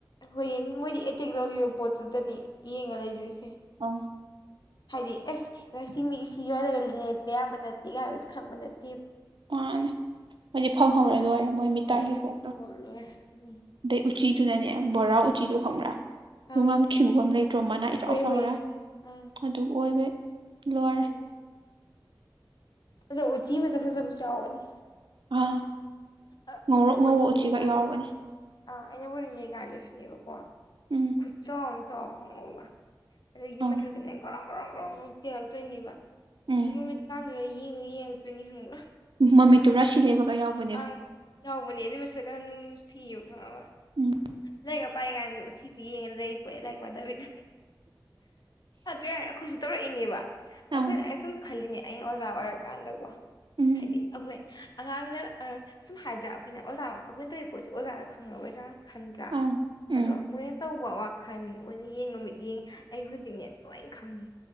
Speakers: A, on the left; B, on the right.
A: ꯍꯣꯏꯌꯦꯦꯟ ꯃꯣꯏꯗꯤ ꯑꯦꯇꯦꯛ ꯇꯧꯈꯤꯕ ꯄꯣꯠꯇꯨꯗꯅꯤ ꯌꯦꯡꯉ ꯂꯩꯗꯣꯏꯁꯦ
B: ꯑ
A: ꯍꯥꯏꯗꯤ ꯑꯦꯁ ꯁꯤ ꯃꯤ ꯁꯤ ꯌꯣꯂꯒ ꯂꯦꯠꯄ ꯌꯥꯕ ꯅꯠꯇꯦꯒ ꯍꯥꯏꯕ ꯈꯪꯕ ꯅꯠꯇꯦ
B: ꯑꯣꯅ ꯃꯗꯤ ꯐꯪꯍꯧꯔ
A: ꯑꯪ,
B: ꯂꯣꯏꯔꯦ ꯃꯣꯏ ꯃꯤꯇꯥꯥꯏꯒꯤ
A: ꯍꯣꯏ ꯃꯣꯏꯗꯤ
B: ꯄꯣꯠꯇꯣ
A: ꯐꯪꯒꯣ ꯂꯣꯏꯔꯦ ꯎꯝ
B: ꯑꯗꯩ ꯎꯆꯤꯗꯨꯅꯅꯦꯕ ꯕꯣꯔꯥ ꯎꯆꯤꯗꯣ
A: ꯎꯝ
B: ꯈꯪꯕ꯭ꯔꯥ ꯈꯨꯡꯉ
A: ꯑꯥ
B: ꯈꯤꯪꯕ ꯗ꯭ꯔꯣꯃꯅꯥ ꯏꯆꯥꯎ
A: ꯍꯣꯏ
B: ꯆꯥꯎꯔꯦ
A: ꯍꯣꯏ ꯑꯥ
B: ꯑꯗꯨ ꯑꯣꯏꯕ ꯂꯣꯏꯔꯦ
A: ꯎꯝ ꯑꯣ ꯆꯤ ꯃ ꯆꯁ ꯄꯨꯁ ꯌꯥꯅꯤ
B: ꯑꯥ
A: ꯑ
B: ꯉꯧꯔꯣꯛ
A: ꯏꯟꯅꯕꯨꯔꯤ
B: ꯉꯧꯕ ꯎꯆꯤꯒ
A: ꯂꯩ ꯀꯗ
B: ꯌꯥꯎꯕꯅꯦ
A: ꯑꯥ ꯑꯩꯅꯕꯨꯔꯤ ꯂꯩꯀꯥꯟꯗꯁꯨꯅꯦꯕꯀꯣ
B: ꯎꯝ
A: ꯈꯨꯆꯣ ꯆꯥꯎ ꯍꯪꯉꯛꯕ ꯑꯗꯩ ꯌꯨꯝ
B: ꯑꯪ
A: ꯃꯊꯛꯇꯅꯦ ꯀꯧꯔꯧ ꯀꯧꯥꯎꯧ ꯀꯧꯔꯧ ꯀꯧ꯭ꯔꯧ ꯆꯦꯜꯂꯛꯇꯣꯏꯅꯦꯕ
B: ꯎꯝ
A: ꯃꯃꯤꯗ ꯀꯥꯟ꯭ꯔ ꯌꯦ ꯌꯦꯛꯇꯣꯏꯅꯤ ꯍꯪ꯭ꯔ
B: ꯃꯃꯤꯠꯇꯨ ꯔꯥꯁꯤ ꯂꯩꯕꯒ ꯌꯥꯎꯕ
A: ꯑ ꯌꯥꯎꯕꯅꯦꯅꯤ ꯃꯔꯗꯀꯅ ꯁꯤꯌꯣ ꯑ
B: ꯎꯝ
A: ꯂꯥꯏꯔꯤꯛ ꯄꯥꯏ ꯀꯥꯟꯗ ꯎ ꯎꯆꯁꯤꯗꯨ ꯌꯦꯡꯉ ꯂꯩ ꯄꯔꯦ ꯂꯥꯏꯔꯤꯛ ꯄꯥꯗꯕꯤꯗ ꯀꯩ ꯍꯥꯏ ꯑꯩꯈꯣꯏꯁꯨ ꯇꯧꯔꯛꯏꯅꯦꯕ
B: ꯑꯪ
A: ꯑꯩꯈꯣꯏꯅ ꯑꯩ ꯁꯨꯝ ꯈꯜꯂꯤꯅꯦ ꯑꯩꯅ ꯑꯣꯖꯥ ꯑꯣꯏꯔꯀꯥꯟꯗꯀꯣ
B: ꯎꯝ
A: ꯍꯥꯏꯗꯤ ꯑꯩꯈꯣꯏ ꯑꯉꯥꯡꯅ ꯁꯨꯝ ꯍꯥꯏꯗ꯭ꯔꯥ ꯑꯩꯈꯣꯏꯅ ꯑꯣꯖꯥ ꯑꯩꯈꯣꯏꯅ ꯇꯧꯔꯤ ꯄꯣꯠꯁꯤ ꯑꯣꯖꯥꯅ ꯈꯪꯉꯔꯣꯏꯅꯪ ꯈꯟꯗ꯭ꯔꯥ
B: ꯑꯪ ꯎꯝ
A: ꯑꯗꯣ ꯃꯣꯏꯅ ꯇꯧꯕ ꯋꯥꯈꯜ ꯃꯣꯏꯅ ꯌꯦꯡ ꯅꯨꯃꯤꯠꯌꯦꯡ ꯑꯩ ꯍꯧꯖꯤꯛꯅꯦ ꯂꯣꯏ ꯈꯪꯉꯤ